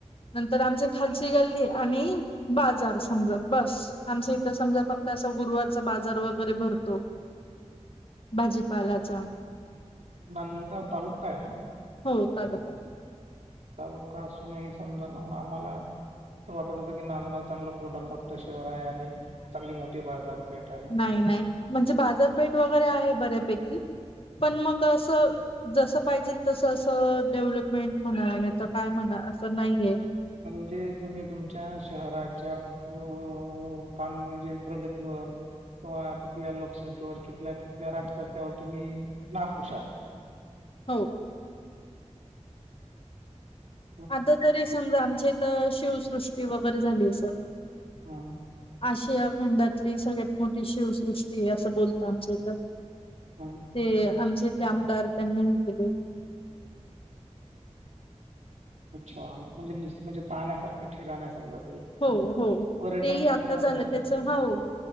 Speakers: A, on the left (about 50°); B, on the right (about 80°).
A: नंतर आमची खालची गल्ली आणि बाजार समजा बस आमच इथं समजा फक्त असं गुरुवारचा बाजार वगर वगैरे भरतो भाजीपालाचा.
B: नांदगाव तालुका आहे ना?
A: हो तालुका.
B: तालुका असूनही समजा मंग आम्हाला असं वाटत होतं की नांदगाव चांगलं पोडा मोठं शहर आहे आणि चांगली मोठी बाजारपेठ आहे.
A: नाही-नाही म्हणजे बाजारपेठ वगैरे आहे बऱ्यापैकी पण मग असं जसं पाहिजेल तसं असं डेव्हलपमेंट म्हणा, नाही तर काय म्हणा, असं नाहीये.
B: म्हणजे, तुम्ही तुमच्या शहराच्या व काम म्हणजे प्रगतीवर किंवा तिथल्या लोकसंख्येवर तिथल्या-तिथल्या राजकर्त्यावर तुम्ही ना खुशा
A: हाव.
B: ह
A: आता तरी समजा आमच्या इथं शिवसृष्टी वगैरे झालीये सर
B: हां.
A: आशिया खंडातली सगळ्यात मोठी शिवसृष्टीय असं बोलता आमच्या इथं.
B: हां.
A: ते आमचे ते आमदार त्यांनी हे केले.
B: अच्छा म्हणजे नीस म्हणजे पाण्यासारखं ठेरा नाही समजा. ते एक
A: हो हो
B: पर्यटन
A: ते ही
B: म्हणजे
A: आता
B: तुम्हाला
A: झालं
B: असं
A: त्याचा हाव